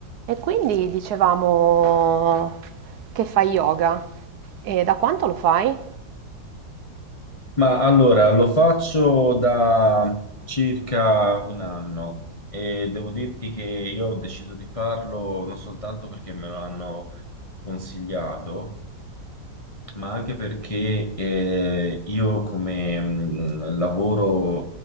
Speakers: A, on the right (about 70°); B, on the left (about 40°).
A: E quindi dicevamo che fai yoga e da quanto lo fai?
B: Ma allora lo faccio da circa un anno e devo dirti che io ho deciso di farlo non soltanto perché me lo hanno consigliato, ma anche perché eh, io come mh, lavoro